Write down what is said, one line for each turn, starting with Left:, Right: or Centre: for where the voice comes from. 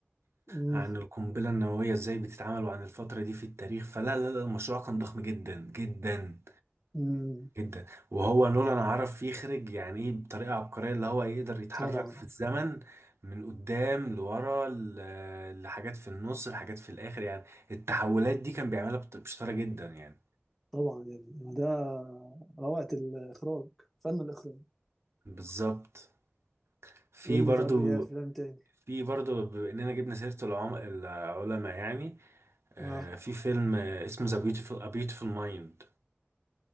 Centre: مم.
Right: عن القنبله النوويه ازاي بتتعمل وعن الفتره دي في التاريخ فلا لا لا المشروع كان ضخم جدا جدا
Centre: مم.
Right: جدا وهو نولان عرف يخرج يعني ايه بطريقه عبقريه اللي هو يقدر يتحرك
Centre: طبعا
Right: في الزمن من قدام لورا ل- لحاجات في النص لحاجات في الاخر يعني التحولات دي كان بيعملها بط- بشطاره جدا يعني
Centre: طبعا يعني ده روعة الإخراج فن الإخراج
Right: بالظبط في
Centre: قول
Right: برضو
Centre: لي طب إيه أفلام تاني
Right: في برضه بما اننا جبنا سيرة العم... العلماء يعني آه،
Centre: آه
Right: في فيلم آه، اسمه ذا بيوتيفول A Beautiful Mind